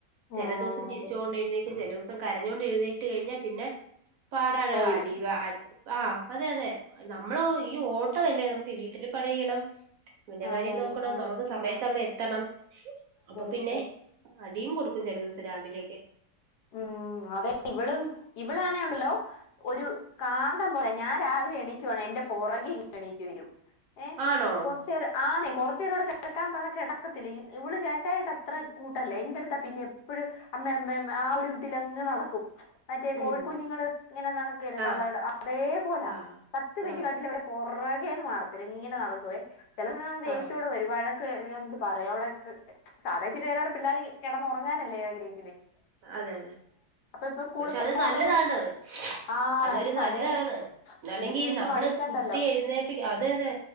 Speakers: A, on the right; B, on the left.
A: ചെല
B: ആഹ്
A: ദിവസം ചിരിച്ചോണ്ട്
B: അതെ
A: എഴുന്നേക്കും ചില സം കരഞ്ഞോണ്ട് എഴുന്നേറ്റ് കഴിഞ്ഞാൽ പിന്നെ പാടാണ്
B: പോയി
A: അടി വ ആഹ് അതെ അതെ നമ്മളോയ് ഈ ഓട്ടവല്ലേ നമുക്ക് വീട്ടില് പണി ചെയ്യണം ഇവന്റെ കാര്യം
B: അതെ
A: നോക്കണം നമുക്ക് സമയത്ത്
B: അതെ
A: അവിടെ എത്തണം അപ്പൊ പിന്നെ
B: അതെ
A: അടിയും കൊടുക്കും ചില ദിവസം രാവിലെയൊക്കെ
B: ഉമ് അതെ ഇവളും ഇവളാണെ ഉണ്ടല്ലോ ഒരു കാന്തം പോലെ ഞാൻ രാവിലെ എണീക്കുവാണെ എന്റെ പുറകെ ഇ എണീറ്റ് വരും ഏഹ്
A: ആണോ
B: കുറച്ചേരം ആണെ കൊറച്ചേര വിടെ കിടക്കാൻ പറഞ കിടക്കത്തില്ല ഇവള് ചേട്ടായിട്ട് അത്ര കൂട്ടല്ല എന്റെ അടുത്താ പിന്നെ എപ്പഴും അമ്മേ മ്മേ ആ ഒരു ഇതിലങ്ങ് നടക്കും മറ്റേ
A: ഉം
B: കോഴിക്കുഞ്ഞുങ്ങൾ ഇങ്ങനെ നടക്കല്ലേ
A: ആ
B: തള്ളട അതേപോലെ
A: ആ
B: പത്ത് മിനിറ്റ്
A: ആ
B: കണ്ടവിടെ പോർ പുറകെ മാർത്തില്ല ഇങ്ങനെ നടക്കുവേ ചില സമയം നമ്മ ദേഷ്യോവിടെ
A: ആ
B: വരു വയോകെ ഞ ന്നിട്ട് പറയാ അവിടെ സാധാ ഇച്ചിരി നേരം കൂടി പിള്ളേർ കിന്നുറങ്ങാനല്ലേ ആഗ്രഹി
A: അതെ അതെ
B: ഇപ്പൊ സ്കൂളിൽ
A: പക്ഷെ
B: പോകണ്ടത്
A: അത് നല്ലതാണ്
B: കൊണ്ട് ആഹ്
A: അതൊരു നല്ലാണ്
B: അതെ
A: അല്ലെങ്കി
B: വിളിച്ച് വിളിച്ച്
A: നമ്മള്
B: മടുക്കണ്ടല്ലോ
A: കുത്തി എഴുനെപ്പി അതെ അതെ